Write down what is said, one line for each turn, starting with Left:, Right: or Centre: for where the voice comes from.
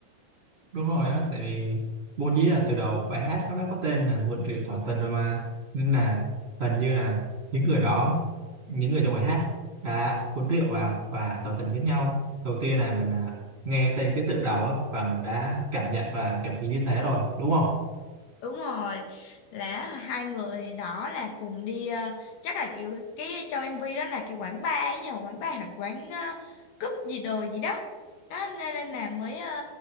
Right: đúng rồi á, tại vì vốn dĩ là từ đầu bài hát nó đã có tên là Một triệu tỏ tình rồi mà nên là hình như là những người đó, những người trong bài hát đã uống rượu vào và tỏ tình với nhau. Đầu tiên là mình à, nghe tên cái tựa đầu á và mình đã cảm nhận và cảm nghĩ như thế rồi, đúng không?
Left: đúng rồi là hai người đó là cùng đi ờ, chắc là kiểu cái trong MV đó là cái quán bar ấy nhờ quán bar là quán uh, cúp gì đồ gì đó đó nên, nên là mới ờ,